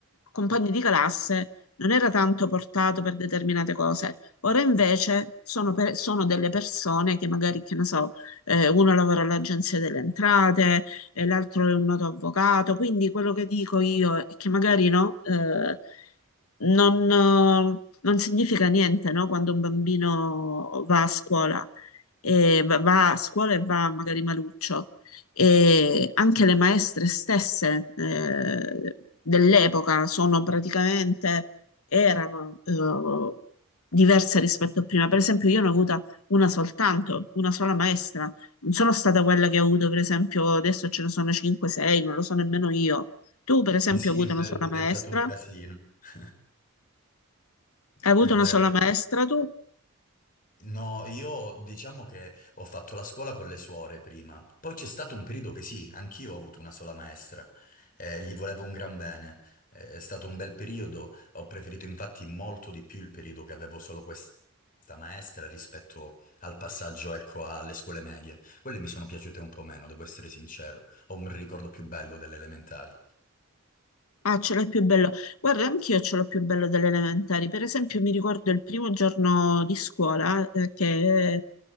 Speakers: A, on the left; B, on the left.
A: compagni di classe non era tanto portato per determinate cose. Ora invece sono, per- sono delle persone che magari, che ne so, eh, uno lavora all'agenzia delle entrate, eh, l'altro è un noto avvocato. Quindi quello che dico io è che magari no, eh, non, eh, non significa niente, no, quando un bambino va a scuola e va va a scuola e va magari maluccio. E anche le maestre stesse eh, dell'epoca sono praticamente, erano eh, diverse rispetto a prima. Per esempio, io ne ho avuta una soltanto, una sola maestra. Non sono stata quella che ho avuto, per esempio, adesso ce ne sono 5-6, non lo so nemmeno io. Tu, per esempio,
B: Sì,
A: hai avuto
B: è vero,
A: una sola
B: è diventato
A: maestra?
B: un casino. <laughs>
A: Hai
B: È
A: avuto
B: vero.
A: una sola maestra tu?
B: No, io diciamo che ho fatto la scuola con le suore prima, poi c'è stato un periodo che sì, anch'io ho avuto una sola maestra, eh, gli volevo un gran bene, Eh, è stato un bel periodo, ho preferito infatti molto di più il periodo che avevo solo questa maestra rispetto al passaggio, ecco, alle scuole medie. Quelle mi sono piaciute un po' meno, devo essere sincero, ho un ricordo più bello delle elementari.
A: Ah, ce l'ho più bello. Guarda, anch'io ce l'ho più bello delle elementari. Per esempio, mi ricordo il primo giorno di scuola eh, che